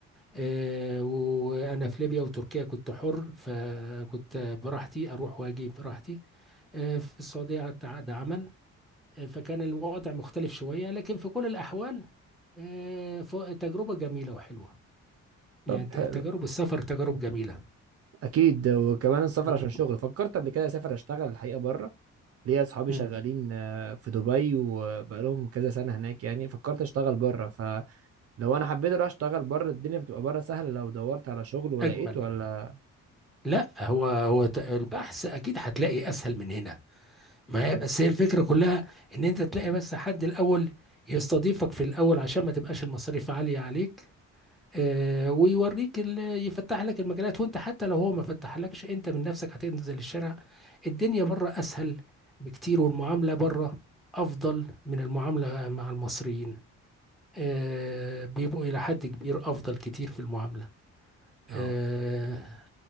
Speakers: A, in the centre; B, on the right.
A: آه، وانا في ليبيا وتركيا كنت حر فكنت براحتي اروح واجي براحتي آه، في السعوديه قعدت عقد عمل آه، فكان الوضع مختلف شويه لكن في كل الاحوال آه، ف- تجربه جميله وحلوه
B: طب
A: يعني
B: حلو
A: ت- تجارب السفر تجارب جميله
B: اكيد وكمان السفر
A: مم.
B: عشان شغل فكرت قبل كده اسافر اشتغل الحقيقه بره ليا اصحابي
A: مم.
B: شغالين آه، في دبي وبقالهم كذا سنه هناك يعني فكرت اشتغل بره فلو انا حبيت اروح اشتغل بره الدنيا بتبقى بره سهله لو دورت على شغل ولقيت
A: اجمل
B: ولا
A: لا هو هو ت- البحث اكيد هتلاقي اسهل من هنا ما هي بس هي الفكرة كلها ان انت تلاقي بس حد الاول يستضيفك في الاول عشان ما تبقاش المصاريف عالية عليك آه ويوريك ال- يفتح لك المجالات وانت حتى لو هو ما فتحلكش انت من نفسك هتنزل الشارع الدنيا بره اسهل بكتير والمعاملة بره افضل من المعاملة مع المصريين آه بيبقوا الى حد كبير افضل كتير في المعاملة
B: اه
A: آه